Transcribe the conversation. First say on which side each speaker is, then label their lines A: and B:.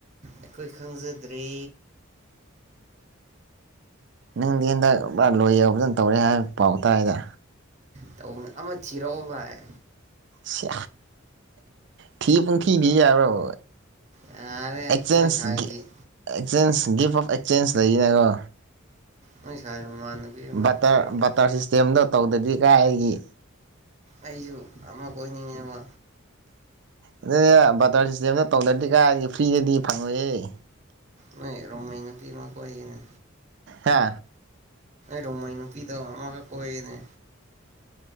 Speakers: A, on the right; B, on the right.
A: ꯑꯩꯈꯣꯏ ꯈꯪꯖꯗ꯭ꯔꯦ
B: ꯅꯪꯗꯤ ꯍꯟꯗꯛ ꯂꯣꯏ ꯌꯧ ꯐꯖꯅ ꯇꯧꯔꯦ ꯍꯥꯏꯕ ꯄꯥꯎ ꯇꯥꯥꯏꯗ
A: ꯇ ꯑꯃ ꯊꯤꯔꯛꯑꯣ ꯚꯥꯏ
B: ꯁꯤ ꯊꯤ ꯄꯨꯟꯊꯤꯗꯤ ꯑꯣ
A: ꯌꯥꯔꯦ
B: ꯑꯦꯛꯦꯟ
A: ꯅꯣꯏ ꯁꯥꯏꯒꯤ
B: ꯑꯦꯛꯆꯦꯟꯁ ꯒꯤꯐ ꯑꯣꯐ ꯑꯦꯛꯁꯆꯦꯟꯁ ꯂꯩꯩꯅꯀꯣ
A: ꯅꯣꯏ ꯁꯥꯏ ꯃꯃꯥꯟꯅꯕꯤ ꯑꯃ
B: ꯕꯇꯔ
A: ꯊꯤꯔꯛꯑꯣ
B: ꯕꯇꯔ ꯁꯤꯁꯇꯦꯝꯗꯣ ꯇꯧꯗꯗꯤ ꯀꯥꯏꯒꯤ
A: ꯑꯩꯁꯨ ꯑꯃ ꯀꯣꯏꯅꯤꯡꯌꯦꯕ
B: ꯑꯗꯨꯅꯦ ꯕꯇꯔ ꯁꯤꯁꯇꯦꯝꯗ ꯇꯧꯗ꯭ꯔꯗꯤ ꯀꯥꯏꯗꯤ ꯐ꯭ꯔꯤꯗꯗꯤ ꯐꯪꯉꯣꯏꯑꯦ
A: ꯅꯣꯏ ꯔꯃꯩ ꯅ ꯄꯤꯃ ꯀꯣꯏꯅꯦ
B: ꯍꯥ
A: ꯔꯣꯃꯥꯏ ꯅꯨꯨꯄꯤꯤꯗꯃ ꯀꯣꯏꯒꯅꯦ